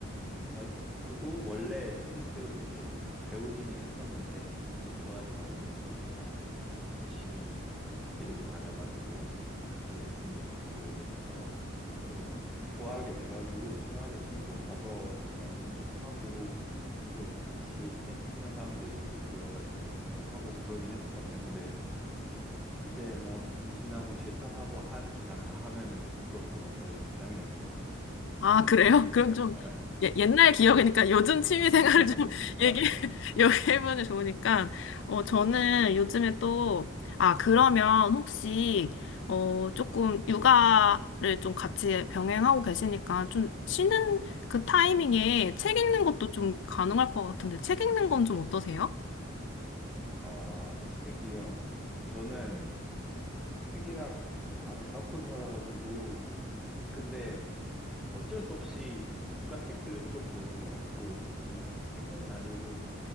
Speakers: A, in the centre; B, on the left.
A: 와이프도 원래 테니스 이제 배우기는 했었는데 막 그렇게 좋아하진 않았는데 제가 열심히 좀 데리고 다녀가지고 같이 레슨도 받고 이러면서 좀 좋아하게 돼가지고 주말에 종종 가서 뭐 운동하고 또 같이 테니스 치는 사람들끼리 모여가지고 운동하고 그러긴 했었거든요. 근데 이제 뭐 임신하고 출산하고 한 기간 다 하면은 그것도 거의 재작년이네요.
B: 아,
A: 재작년.
B: 그래요? <laughs> 그럼 좀
A: 아,
B: 예, 옛날 기억이니까 요즘 취미
A: <laughs>
B: 생활을 좀 <laughs>
A: 맞아요.
B: 얘기, 얘기해보면 좋으니까. 어, 저는
A: 아,
B: 요즘에 또, 아, 그러면 혹시, 어, 조금 육아를 좀 같이 병행하고 계시니까 좀 쉬는 그 타이밍에 책 읽는 것도 좀 가능할 것 같은데 책 읽는 건 좀 어떠세요?
A: 아, 책이요. 저는 책이랑 좀 담을 쌓고 살아가지고 근데 어쩔 수 없이 육아 책들은 좀 보는 것 같고, 그래서 책은 아니고,